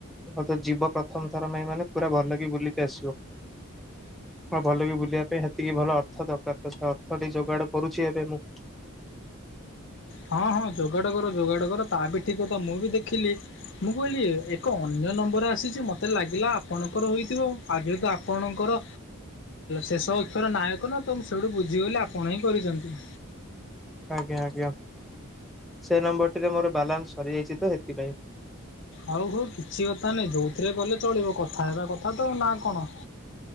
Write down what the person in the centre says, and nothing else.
ମ ତ ଯିବ ପ୍ରଥମ ଥର ପାଇଁ ମାନେ ପୁରା ଭଲକି ବୁଲିକି ଆସିବ। ହଁ ଭଲ ବି ବୁଲିବା ପାଇଁ ହେତିକି ଭଲ ଅର୍ଥ ଦରକାର ତ ସେ ଅର୍ଥ ଟି ଯୋଗାଡ କରୁଛି ଏବେ ମୁଁ।
ଆଜ୍ଞା ଆଜ୍ଞା ସେ ନମ୍ବର ଟିରେ ମୋର ବାଲାନ୍ସ ସରିଯାଇଛି ତ ସେଥିପାଇଁ।